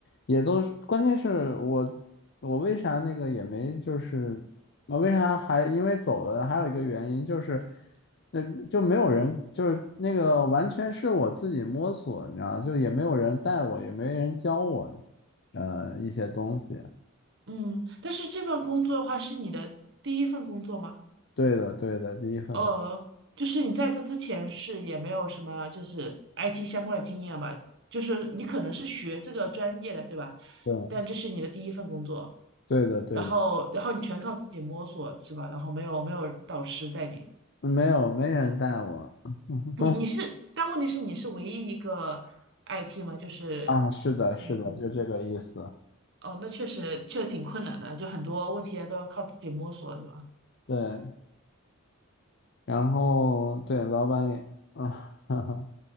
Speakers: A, on the left; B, on the right.
A: 也都是，关键是我我为啥那个也没就是我为啥还因为走了，还有一个原因就是，那就没有人就是那个完全是我自己摸索，你知道，就也没有人带我，也没人教我，呃，一些东西。
B: 嗯，但是这份工作的话是你的第一份工作吗？
A: 对的，对的，第一份，
B: 呃，就是你在这之前是也没有什么就是 IT 相关的经验吧？就是你可能是学这个专业的，对吧？
A: 对，
B: 但这是你的第一份工作，
A: 对的，对的，
B: 然后然后你全靠自己摸索，是吧？然后没有没有导师带你，
A: 没有没人带我，<laughs>
B: 你你是，
A: 公
B: 但问题是你是唯一一个 IT 吗？就是你们公司
A: 啊，是的，是的，就这个意思。
B: 哦，那确实确实挺困难的，就很多问题啊都要靠自己摸索，是吧？
A: 对，然后对老板也啊。<laughs>